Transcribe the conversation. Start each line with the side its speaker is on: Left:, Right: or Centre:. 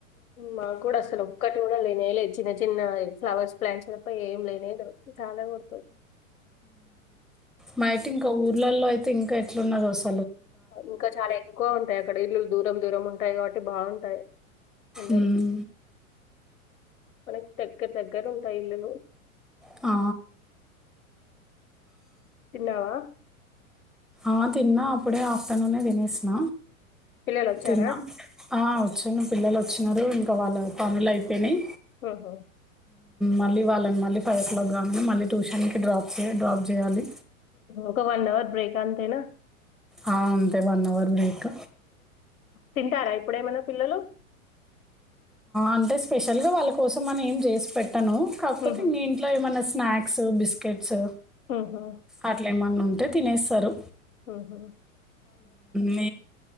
Left: మాకు కూడా అసలు ఒక్కటి కూడా లేనే లేదు చిన్న చిన్న ఫ్లవర్స్ ప్లాంట్స్ ఏం లేని లేవు చాలా కుడుతుంది
Centre: మా అయితే ఇంకా ఊర్లల్లో అయితే ఇంకా ఎట్లున్నద వస్తుంది
Left: ఇంకా చాలా ఎక్కువ ఉంటాయి అక్కడ ఇల్లులు దూరం దూరం ఉంటాయి కాబట్టి బాగుంటాయి ఎండలు
Centre: ఉమ్
Left: మనకి దగ్గ దగ్గర ఉంటాయి ఇల్లులు
Centre: ఆ
Left: తిన్నావా
Centre: ఆ తిన్నా అప్పుడే ఆఫ్టర్నూనే తినేసిన
Left: పిల్లలు వచ్చారా
Centre: తిన్నా ఓకే న్న పిల్లలు వచ్చినారు ఇంకా వాళ్ళ పనులు అయిపోయినాయి
Left: హహ
Centre: మళ్ళీ వాళ్ళని మళ్ళీ ఫైవ్ ఓ క్లాక్ కానీ మళ్ళీ ట్యూషన్కి డ్రాప్ చే డ్రాప్ చేయాలి
Left: ఒక వన్ అవర్ బ్రేక్ అంతేనా
Centre: ఆ అంతే వన్ అవర్ బ్రేక్
Left: తింటారా ఇప్పుడేమనా పిల్లలు
Centre: అంటే స్పెషల్గా వాళ్ళ కోసం అని ఏం చేసి పెట్టాను కాకపోతే
Left: ఉహు.
Centre: ఇంకా ఇంట్లో ఏమన్నా స్నాక్స్ బిస్కెట్స్
Left: ఉహు.
Centre: అట్లా ఏమన్నా ఉంటే తినేస్తారు
Left: హహ
Centre: మ